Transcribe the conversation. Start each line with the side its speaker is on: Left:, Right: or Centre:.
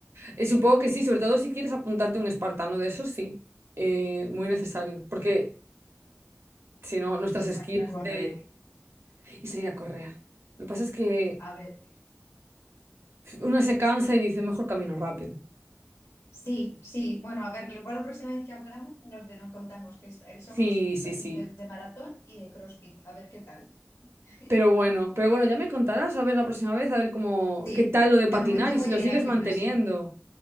Right: Eh, Supongo que sí, sobre todo si quieres apuntarte a un espartano de esos, sí. Eh, muy necesario. Porque si no, nuestras
Left: Y salir
Right: skills
Left: a correr.
Right: de... Y salir a correr. Lo que pasa es que
Left: A ver,
Right: uno se cansa y dice, mejor camino rápido.
Left: sí, sí. Bueno, a ver, igual la próxima vez que hablamos nos, nos contamos que est- somos
Right: Sí, sí,
Left: casi
Right: sí.
Left: de, de maratón y de CrossFit. A ver qué tal. <laughs>
Right: Pero bueno, pero bueno, ya me contarás a ver la próxima vez, a ver cómo,
Left: Sí,
Right: qué tal lo de
Left: de
Right: patinar
Left: momento
Right: y
Left: voy
Right: si lo
Left: a
Right: sigues
Left: ir al
Right: manteniendo.
Left: gimnasio hoy.